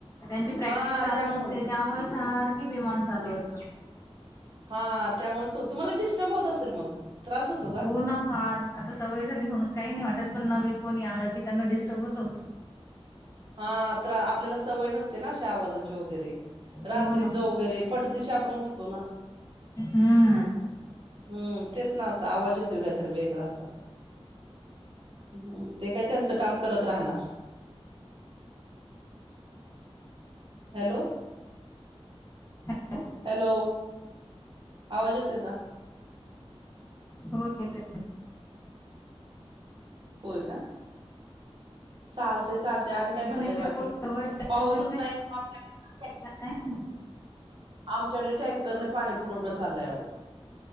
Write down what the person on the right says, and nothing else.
हा
त्यामुळेच
हा त्यामुळेच तो तुम्हाला डिस्टर्ब होत असल मग. त्रास होतो का
हा तर आपल्याला सवय न आवाजाची वगैरे रात्रीचं
वगैरे पटदीशी ते आपण उठतो ना.
हम्म तेच ना आस आवाज येतोय कायतर वेगळा असा हम्म ते काय त्यांचं काम करत राहणार. हॅलो.
लो. आवाज यतोय का?
होय का चालतय चालतय आणि काय म्हणताय
बाकी
पाऊसच
नाही <unintelligible>
आमच्याडे टँकरने पाणी पुरवठा
चाललाय आवो